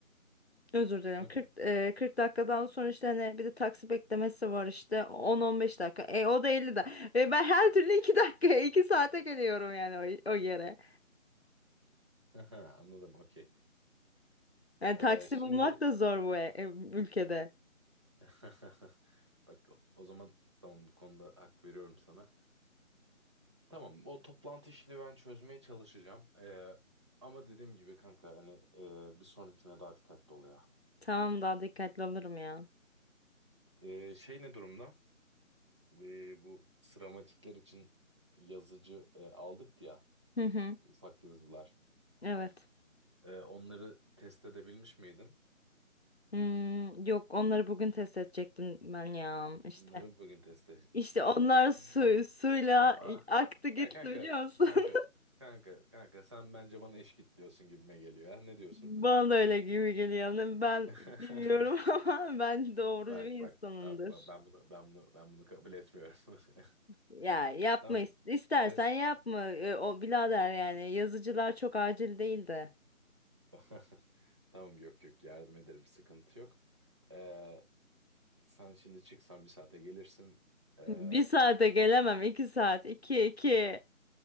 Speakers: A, on the left; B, on the right.
A: Özür dilerim
B: Hı hı.
A: 40, e, 40 dakikadan sonra işte hani bir de taksi beklemesi var işte 10-15 dakika. E, o da 50 dakika. E, ben her türlü 2 dakikaya 2 saate geliyorum yani o, o yere.
B: <laughs> Aha, Anladım, okey.
A: Yani
B: Ee,
A: taksi
B: şimdi
A: bulmak da zor bu e- e- ülkede.
B: <laughs> bak o zaman tamam bu konuda hak veriyorum sana. Tamam o toplantı işini ben çözmeye çalışacağım. Ee, ama dediğim gibi kanka hani e, bir sonrakine daha dikkatli ol ya.
A: Tamam daha dikkatli olurum ya.
B: Ee, şey ne durumda? Ee, bu sıramatikler için yazıcı e, aldık ya
A: Hı hı.
B: ufak yazılar.
A: Evet.
B: Ee, onları test edebilmiş miydin?
A: Hmm, yok onları bugün test edecektim ben ya işte.
B: Onları bugün test, e-
A: İşte
B: test
A: onlar
B: edecektin.
A: su, suyla
B: Hmm. Ah,
A: aktı gitti
B: ya kanka
A: biliyor musun?
B: kanka
A: <laughs>
B: kanka kanka sen bence bana eş git diyorsun gibime geliyor ya. Ne diyorsun?
A: Bana da öyle gibi geliyor. Ne- Ben
B: <laughs>
A: bilmiyorum <laughs> ama ben doğrucu
B: Bak
A: bir insanımdır.
B: bak ben, ben ben bunu ben bunu ben bunu kabul etmiyorum. <laughs>
A: Ya yapma
B: Tamam
A: is- istersen
B: test
A: yapma. Ee, o birader yani yazıcılar çok acil değil de.
B: <laughs> tamam yok yok yardım ederim sıkıntı yok. Ee, sen şimdi çıksan bir saate gelirsin. Ee,
A: Bir saate gelemem. iki saat. iki iki.